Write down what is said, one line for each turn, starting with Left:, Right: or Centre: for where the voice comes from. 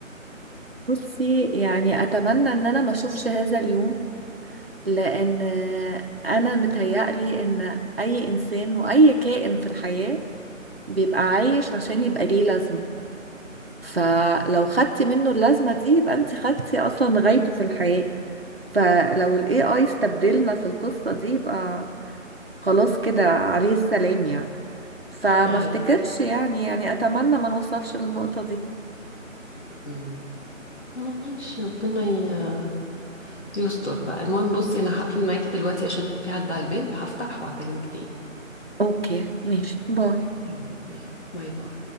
Right: بصي يعني أتمنى إن أنا ما أشوفش هذا اليوم لأن أنا متهيألي إن أي إنسان وأي كائن في الحياة بيبقى عايش عشان يبقى ليه لازمة فلو خدتي منه اللازمة دي يبقى أنت خدتي أصلا غايته في الحياة فلو ال AI استبدلنا في القصة دي يبقى خلاص كده عليه السلام يعني فما
Left: هاي
Right: افتكرش يعني يعني أتمنى ما نوصلش للنقطة دي
Left: مم. ماشي ربنا ي- يستر بقى المهم بصي أنا هقفل معاكي دلوقتي عشان في حد على الباب هفتح وهكلمك تاني
Right: أوكي ماشي باي
Left: يلا باي باي